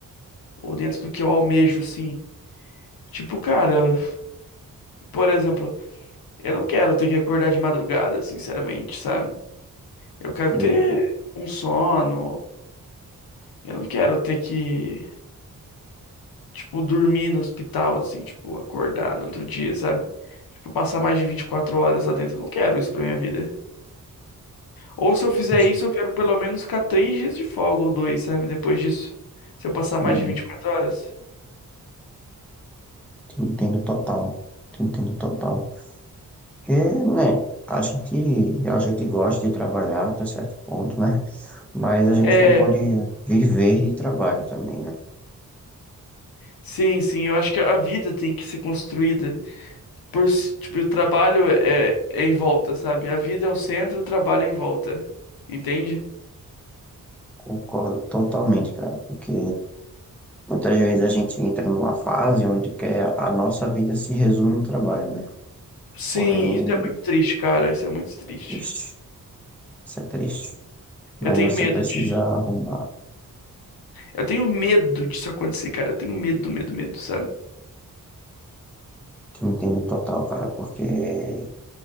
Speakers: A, on the left; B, in the centre.
A: Ou dentro do que eu almejo, assim. Tipo, cara, por exemplo, eu não quero ter que acordar de madrugada, sinceramente, sabe? Eu quero
B: Sim,
A: ter um sono, eu não quero ter que Tipo, dormir no hospital, assim, tipo, acordar no outro dia, sabe? Tipo, passar mais de 24 horas lá dentro. Eu não quero isso pra minha vida. Ou se eu fizer
B: cons-
A: isso, eu quero pelo menos ficar três dias de folga ou dois, sabe? Depois disso. Se eu passar
B: sim,
A: mais de vinte e quatro horas.
B: te entendo total. te Entendo total. Porque, né, acho que a gente gosta de trabalhar até certo ponto, né? Mas a gente
A: É,
B: não pode viver de trabalho também, né?
A: sim, sim. Eu acho que a vida tem que ser construída por, s- tipo, o trabalho é, é em volta, sabe? A vida é o centro, o trabalho é em volta. Entende?
B: Concordo totalmente, cara, porque muitas vezes a gente entra numa fase onde quer a nossa vida se resume no trabalho, né?
A: Sim,
B: Porém,
A: isso é muito triste, cara. Isso é muito triste.
B: triste, isso é triste. Mas
A: Eu tenho
B: você
A: medo
B: precisa
A: de
B: arrumar
A: Eu tenho medo disso acontecer, cara. Eu tenho medo, medo, medo, sabe?
B: Te entendo total, cara, porque é,